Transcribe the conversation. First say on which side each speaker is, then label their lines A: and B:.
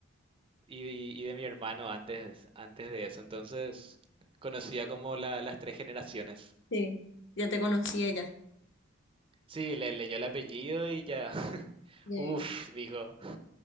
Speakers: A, on the right (about 25°); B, on the left (about 60°).
A: y, y de mi hermano antes, antes de eso, entonces conocía como la- las tres generaciones.
B: Sí, ya te conocía ya.
A: Sí, le leyó el apellido y ya, <laughs>
B: Ya,
A: uff, dijo,